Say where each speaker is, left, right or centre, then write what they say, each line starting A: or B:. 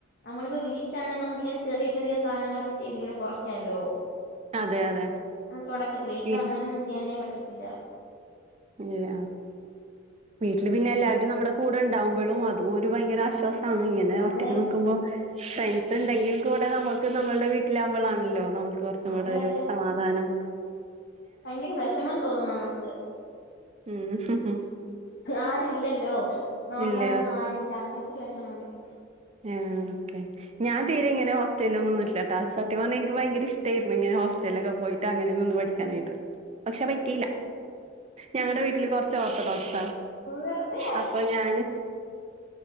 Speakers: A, on the left; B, on the right.
A: നമ്മള് ഇപ്പ വീട്ട്ലാണെ നമുക്ക് ഇങ്ങനെ ചെറിയ ചെറിയ സാധനങ്ങളെ ചെയ്തിങ്ങനെ കൊറയ്ക്കല്ലോ
B: അതെ അതെ
A: ആ തുടക്കത്തിലേ ഇവിടെ
B: വീട്ടില്
A: അങ്ങനെൊന്നും ചെയ്യാനേ പറ്റ ഇല്ല
B: ഇല്ല വീട്ടിൽ പിന്നെ എല്ലാവരും നമ്മുടെ കൂടെ ഉണ്ടാവുമ്പൊളും അതും ഒരു ഭയങ്കര ആശ്വാസം അമ്മ ഇങ്ങനെ
A: അതെ
B: ഒറ്റക്ക് ന്ന്ക്കുമ്പോ ഫ്രണ്ട്സ് ഉണ്ടെങ്കിൽ കൂടെ നമുക്ക് നമ്മളുടെ വീട്ടിലാകുമ്പോഴാണല്ലോ നമു കുറച്ചും
A: അതെ
B: കൂടെ ഒരു
A: അതെ
B: സമാധാനോം
A: ഭയങ്കര വിഷമം തോന്നും നമുക്ക്
B: ഉം
A: ആരുുംല്ലല്ലോ നോക്കാനൊന്നും
B: ഇല്ല
A: ആരുില്ല അങ്ങനെ ഒരു ദിവസം ഞാൻ വരും
B: ആ ഓക്കെ ഞാ തീരെ ഇങ്ങനെ ഹോസ്റ്റലിൽ ഒന്നും നിന്നിട്ടില്ല ട്ടാ സത്യം പറഞ്ഞ എനിക്ക് ഭയങ്കര ഇഷ്ടായിരുന്നു ഹോസ്റ്റലിലൊക്കെ പോയിട്ട് അങ്ങനെ നിന്ന് പഠിക്കാനായിട്ട് പക്ഷെ പറ്റീല്ല ഞങ്ങടെ വീട്ടില് കൊറച്ച് ഓർത്തഡോക്സ്
A: വെറുതെ
B: അപ്പം ഞാൻ